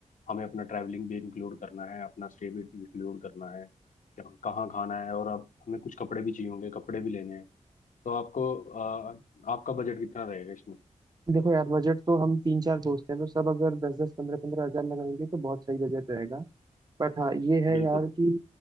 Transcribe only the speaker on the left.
हमें अपना ट्रैवलिंग भी इंक्लूड करना है अपना स्टे भी इंक्लूड करना है क्या- कहाँ खाना है और अब हमें कुछ कपड़े भी चाहिए होंगे कपड़े भी लेने हैं तो आपको अ, आपका बजट कितना रहेगा इसमें
बिल्कुल